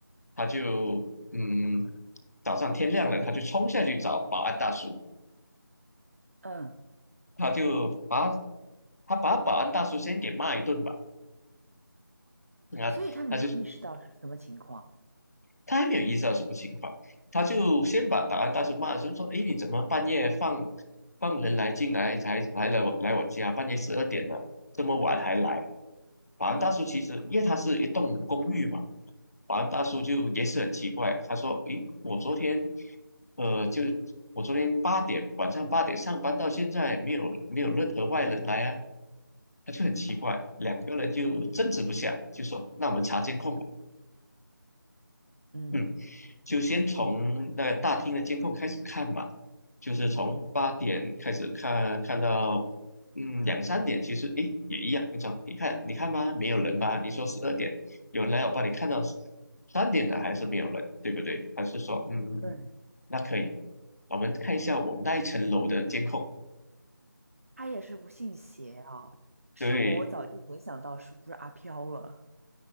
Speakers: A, on the left; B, on the right.
A: 他就嗯，早上天亮了，他就冲下去找保安大叔，
B: 嗯，
A: 他就把他把保安大叔先给骂一顿吧。那他就
B: 所以他没有意识到是什么情况。
A: 他还没有意识到什么情况，他就先把保安大叔骂了，就说：“诶，你怎么半夜放放人来进来，才来了我来我家，半夜十二点了，这么晚还来？”
B: 哦
A: 保安大叔其实因为他是一栋公寓嘛，
B: 嗯
A: 保安大叔就也是很奇怪，他说：“诶，我昨天呃，就我昨天八点晚上八点上班到现在，没有没有任何外人来啊。”他就很奇怪，两个人就争执不下，就说：“那我们查监控吧。”
B: 嗯
A: 嗯，就先从那个大厅的监控开始看嘛，
B: 嗯
A: 就是从八点开始看，
B: 嗯，
A: 看到嗯两三点，其实诶也一样那种。你看，你看吧，没有人吧？你说十二点有人来，我帮你看到三点的还是没有人，对不对？还是说嗯
B: 对，
A: 那可以，我们看一下我们那一层楼的监控。
B: 他也是不信邪啊。是我，
A: 对，
B: 我早就联想到是不是阿飘了。